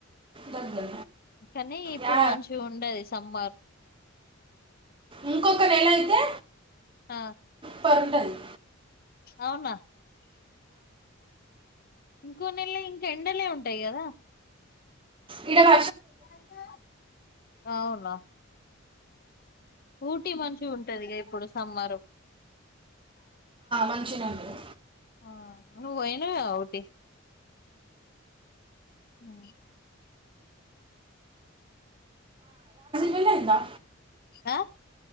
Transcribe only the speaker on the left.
కానీ ఇప్పుడు
మంచిగా ఉండది సమ్మర్
ఆ
అవునా ఇంకో నెల ఇంకా ఎండలే ఉంటాయి కదా
<unintelligible> అవునా ఊటీ మంచి ఉంటదిగా ఇప్పుడు సమ్మరు
ఆ నువ్వు పోయినావా ఊటీ ఆ
అ